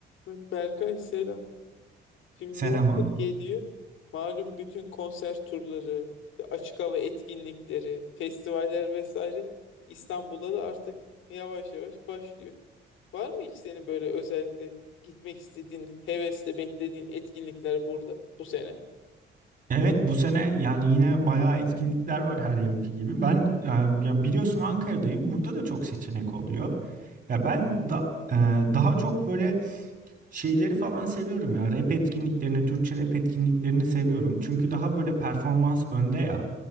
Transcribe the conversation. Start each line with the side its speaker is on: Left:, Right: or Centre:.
Left: Berkay selam. Şimdi
Right: Selam
Left: yaz da
Right: abi.
Left: geliyor. Malum bütün konser turları, işte açık hava etkinlikleri, festivaller vesaire İstanbul'da da artık yavaş yavaş başlıyor. Var mı hiç senin böyle özellikle gitmek istediğin, hevesle beklediğin etkinlikler burada bu sene?
Right: Evet bu sene yani yine bayağı etkinlikler var her yılki gibi. Ben e, ya biliyorsun Ankara'dayım. Burada da çok seçenek oluyor. Ya ben da, e, daha çok böyle Şeyleri falan seviyorum ya. Rap etkinliklerini, Türkçe rap etkinliklerini seviyorum. Çünkü daha böyle performans önde ya